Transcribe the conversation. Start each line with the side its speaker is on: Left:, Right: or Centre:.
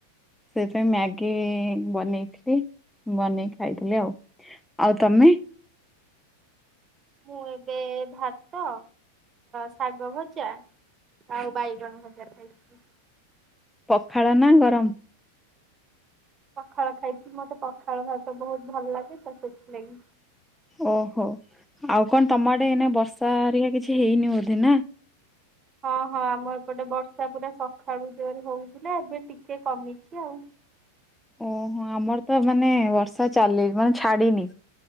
Centre: ସେଥିାଇଁ ମ୍ୟାଗି ବନେଇଥିଲି ବନେଇକି ଖାଇଥିଲି ଆଉ। ଆଉ ତମେ?
Right: ମୁଁ ଏବେ ଭାତ ଶାଗ ଭଜା ଆଉ ବାଇଗଣ ଭଜା ଖାଇଥିଲି।
Centre: ପଖାଳ ନା ଗରମ?
Right: ପଖାଳ ଖାଇଥିଲି ମତେ ପଖାଳ ଭାତ ବହୁତ ଭଲ ଲାଗେ ତ ସେଥିଲାଗି।
Centre: ଓହୋ ଆଉ କଣ ତମ ଆଡ଼େ ଏଇନ ବର୍ଷା ଆରିକା କିଛି ହେଇନି ବୋଧେ ନା
Right: ହଁ ହଁ ଆମ ଏପଟେ ବର୍ଷା ପୁରା ସକାଳୁ ଜୋରେ ହଉଥିଲା ଏବେ ଟିକେ କମିଛି ଆଉ।
Centre: ଓହୋ ଆମର ତ ମାନେ ବର୍ଷା ଚାଲି ମାନେ ଛାଡ଼ିନି।